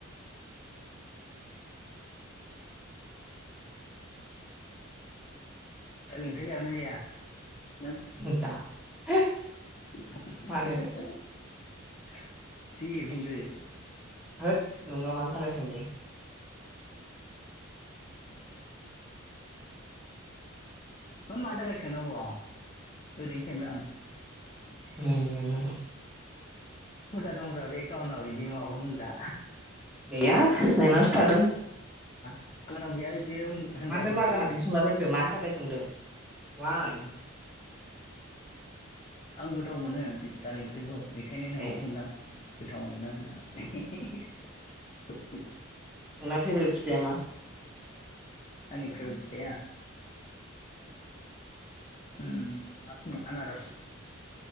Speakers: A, on the left; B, in the centre.
A: दालि ओंख्रि जागोना जाया नों
B: जा <unintelligible>
A: <unintelligible>
B: मानो
A: दे बुंदो
B: होद नोंबा मानि थाखाय सोंदों
A: मा मानि थाखाय सोंनांग ओरैनो सोंदों आं
B: नै नोङो
A: हुदा दंब्रा बे गावनाव इदि माबा बुंग्रा
B: गैया नोंनासो थागोन
A: <unintelligible> होनग्रा
B: मानोथो
A: हुदा गैया
B: <unintelligible> बिदि सोंलाबायखो मानि थाखाय सोंदों वाइ
A: उम आं गोथाव मोनो दालि ओंख्रिखौ बेखायनो नोंखौ
B: ए
A: सोंदां गोथाव मोनगोना‌ मोना होननानै <inaudible>
B: नोंना फेबरेद फिथाइया मा
A: आंनि फेबरेद फिथाइया उम <unintelligible> आनारस